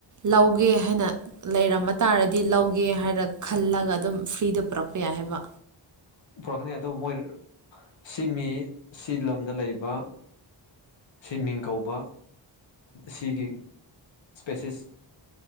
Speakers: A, on the right; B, on the left.
A: ꯂꯧꯒꯦ ꯍꯥꯏꯅ ꯂꯩꯔꯝꯕ ꯇꯥꯔꯗꯤ ꯂꯧꯒꯦ ꯍꯥꯏꯔ ꯈꯜꯂꯒ ꯑꯗꯨꯝ ꯐ꯭ꯔꯤꯗ ꯄꯨꯔꯛꯄ ꯌꯥꯏ ꯍꯥꯏꯕ
B: ꯄꯨꯣꯔꯛꯀꯅꯤ ꯑꯗꯨꯕꯨ ꯃꯣꯏ ꯁꯤ ꯃꯤ ꯁꯤ ꯂꯝꯗ ꯂꯩꯕ ꯁꯤ ꯃꯤꯡ ꯀꯧꯕ ꯁꯤꯒꯤ ꯏꯁꯄꯦꯁꯤꯁ